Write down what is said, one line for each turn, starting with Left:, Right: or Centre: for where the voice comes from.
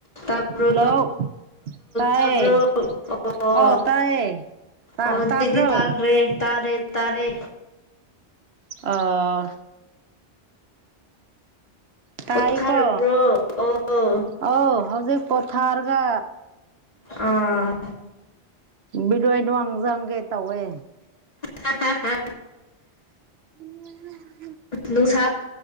Left: ꯇ꯭ꯔꯣ
Right: ꯍꯜꯂꯣ ꯇꯥꯏꯌꯦ
Left: ꯇꯕ꯭ꯔꯣ ꯑꯣ
Right: ꯑꯧ ꯇꯥꯏꯌꯦ ꯇꯥ
Left: ꯑꯣꯗꯤ
Right: ꯇꯥꯕ꯭ꯔꯣ
Left: ꯄꯥꯈ꯭ꯔꯦ ꯇꯥꯔꯦ ꯇꯥꯔꯦ
Right: ꯑꯥ ꯇꯥꯏꯀꯣ
Left: ꯄꯣꯊꯥꯔꯕ꯭ꯔꯣ ꯑꯣ
Right: ꯑ ꯍꯧꯖꯤꯛ ꯄꯣꯊꯥꯔꯒ
Left: ꯑꯥ
Right: ꯕꯤꯗꯋꯥꯏ ꯅꯨꯡꯖꯪꯒꯦ ꯇꯧꯋꯦ
Left: ꯍ ꯍ
Right: ꯎꯝ
Left: ꯅꯨꯡꯁꯥ